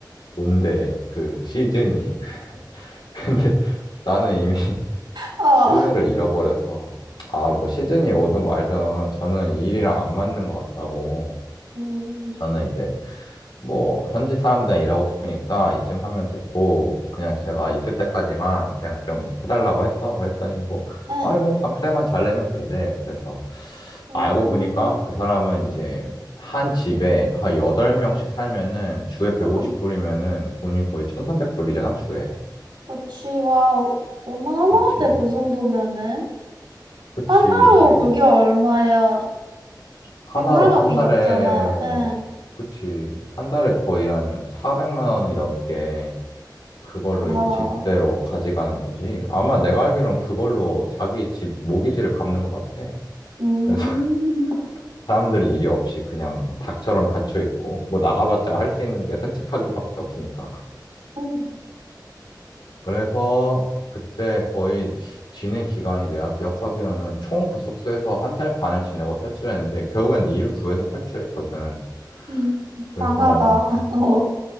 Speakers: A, on the left (about 80°); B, on the right (about 80°).
A: 온대 그 시즌이 <laughs> 근데 나는 이미 <laughs>
B: 어.
A: 신뢰를 잃어버려서 아 뭐 시즌이 오든 말든 저는 이 일이랑 안 맞는 것 같다고
B: 음,
A: 저는 이제 뭐 현지 사람들이랑 일하고 싶으니까 이쯤 하면 됐고 그냥 제가 있을 때까지만 그냥 좀 해달라고 했어. 그랬더니 뭐
B: 응.
A: 아니 뭐 방세만 잘 내면 된대. 그래서
B: 음,
A: 알고 보니까 그 사람은 이제 한 집에 한 8명씩 살면은 주에 150불이면은
B: 응.
A: 돈이 거의 1300불이잖아, 주에.
B: 그치, 와, 어마어마한데,
A: 그치.
B: 그 정도면은?
A: 그치.
B: 한 하루
A: 이제
B: 그게 얼마야?
A: 하나로
B: 백만
A: 한
B: 원이
A: 달에
B: 넘잖아. 응.
A: 그치. 한 달에 거의 한 400만 원이 넘게 그걸로
B: 와.
A: 이제 집세로 가져가는 거지. 아마 내가 알기론 그걸로 자기 집 모기지를 갚는 것 같아.
B: 음.
A: 그래서 <laughs> 사람들이 일이 없이 그냥 닭처럼 갇혀 있고, 뭐 나가봤자 할 수 있는 게 산책하기밖에 없으니까.
B: <laughs>
A: 그래서 그때 거의 지낸 기간이 내가 기억하기로는 총 그 숙소에서 한 달 반을 지내고 탈출했는데, 결국엔 일을 구해서 탈출했거든.
B: 음.
A: 그래서
B: 강하다.
A: 그,
B: <laughs> 어.